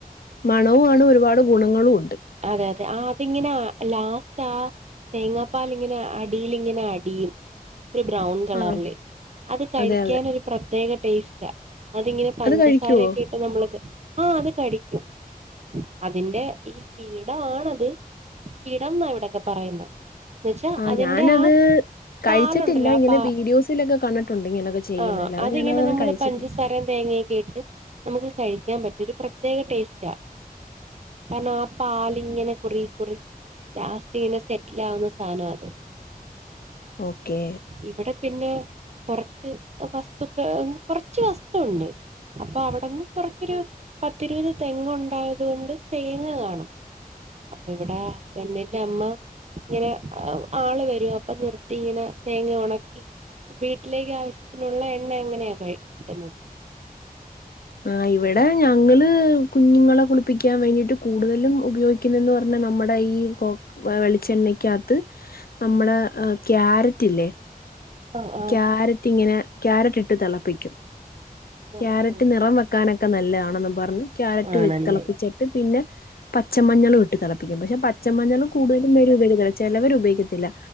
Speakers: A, on the left; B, on the right.
A: മണവുമാണ് ഒരുപാട് ഗുണങ്ങളും ഉണ്ട്
B: അതെ അതെ ആ അതിങ്ങനെ ലാസ്റ്റ് ആ തേങ്ങാപ്പാൽ ഇങ്ങനെ അടിൽ ഇങ്ങനെ അടിയും ഒരു ബ്രൗൺ കളറില്
A: ആ
B: അത് കഴിക്കാൻ
A: അതെ അതെ
B: ഒരു പ്രത്യേക ടേസ്റ്റാ അതിങ്ങനെ പഞ്ചസാരൊക്കെ
A: അത് കഴിക്കുവോ
B: ഇട്ട് നമ്മൾക്ക് ആഹ് അത് കടിക്കും അതിന്റെ ഈ കീടമാണത് കീടം എന്നാ ഇവിടെക്കെ പറയുന്നത് എന്നുവച്ചാ
A: ആ
B: അതിന്റെ
A: ഞാനത്
B: ആ
A: കഴിച്ചിട്ടില്ല
B: പാലുണ്ടല്ലോ
A: ഇങ്ങനെ
B: പ
A: വീഡിയോസിലൊക്കെ കണ്ടിട്ടുണ്ട് ഇങ്ങനൊക്കെ ചെയ്യുന്ന
B: ആഹ്
A: അല്ലാതെ
B: അതിങ്ങനെ
A: ഞാനത്
B: നമ്മള്
A: കഴിച്ചിട്ടില്ല
B: പഞ്ചസാരയും തേങ്ങയും ട്ട് നമുക്ക് കഴിക്കാൻ പറ്റും ഒരു പ്രത്യേക ടേസ്റ്റാ കാരണം ആ പാലിങ്ങനെ കുറ കുറി ലാസ്റ്റ് ഇങ്ങനെ സെറ്റിൽ ആവുന്ന സാനാ അത്
A: ഓക്കേ
B: ഇവിടെ പിന്നെ കൊറച്ച് വസ്തുക്കൾ കുറച്ച് വസ്തുവുണ്ട് അപ്പൊ അവിടന്ന് കൊറച്ചൊരു പത്തിരുപത് തെങ്ങുണ്ടായത് കൊണ്ട് തേങ്ങ കാണും അപ്പൊ ഇവിടെ പെണ്ണിന്റെ അമ്മ ങ്ങനെ ആള് വരും അപ്പൊ നിർത്തി ഇങ്ങനെ തേങ്ങ ഉണക്കി വീട്ടിലേക്ക് ആവശ്യത്തിനുള്ള എണ്ണ എങ്ങനെയാ ക കിട്ടുന്നത്
A: ആ ഇവിടെ ഞങ്ങള് കുഞ്ഞുങ്ങളെ കുളിപ്പിക്കാൻ വേണ്ടിട്ട് കൂടുതലും ഉപയോഗിക്ക ന്ന് പറഞ്ഞ നമ്മുടെ ഈ കൊ വെളിച്ചെണ്ണയ്ക്കകത്ത് നമ്മുടെ ക്യാരറ്റ് ഇല്ലേ
B: ആഹ് ആഹ്
A: ക്യാരറ്റിങ്ങനെ ക്യാരറ്റ് ഇട്ട് തിളപ്പിക്കും
B: ഓ
A: ക്യാരറ്റ്
B: ഓ
A: നിറം വെക്കാനൊക്കെ നല്ലതാണെന്ന് പറഞ്ഞ് ക്യാരറ്റ്
B: ആണല്ലേ
A: തിളപ്പിച്ചിട്ട് പിന്നെ പച്ചമഞ്ഞളും ഇട്ട് തിളപ്പിക്കും പക്ഷെ പച്ചമഞ്ഞള് കൂടുതലും പേരും ഉപയോഗിക്കുന്നില്ല ചെലവര് ഉപയോഗിക്കത്തില്ല